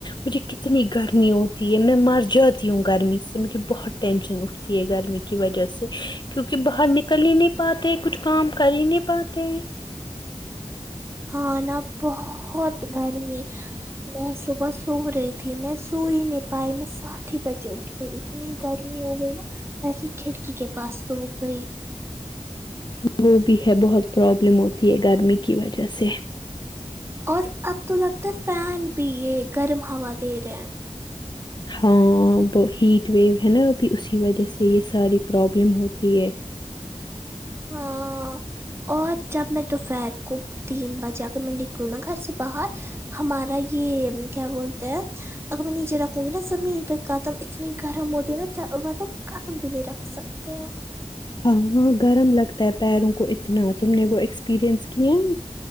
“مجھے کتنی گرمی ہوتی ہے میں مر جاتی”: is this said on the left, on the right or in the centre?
Left